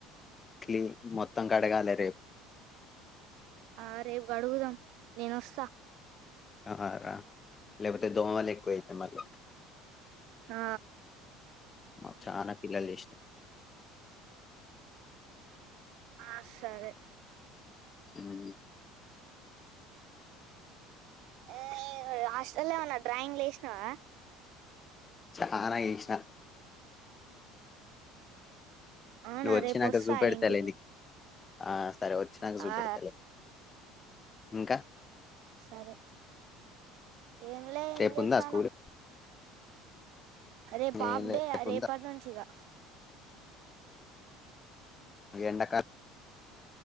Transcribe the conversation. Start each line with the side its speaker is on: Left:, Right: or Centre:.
Left: క్లి మొత్తం కడగాలె
Right: ఆ రేపు కడుగుదాం నేనొస్సా
Left: ఆ రా లేకపోతే దోమలు ఎక్కువయితాయ్ మళ్ళీ
Right: ఆ
Left: మా చానా పిల్లలు చేసినా
Right: ఆ సరే
Left: ఉమ్
Right: ఆ లాస్టల్లో ఉన్న డ్రాయింగ్లు వేసినవా
Left: చానా ఏసిన
Right: అవునా
Left: నువ్వు వచ్చినంక
Right: రేపు వస్తా
Left: చూపెడతాలే
Right: ఇంటికి
Left: నీకి ఆ సరే వచ్చినంక చూపెడతలే
Right: ఆ,
Left: ఇంకా
Right: సరే ఏంలే ఏం
Left: రేపుందా
Right: చేస్తాను
Left: స్కూల్
Right: రేపు హాఫ్
Left: ఏం లేదు
Right: డే
Left: రేపు
Right: రేపటి
Left: ఉందా
Right: నుంచిగా
Left: ఎండకా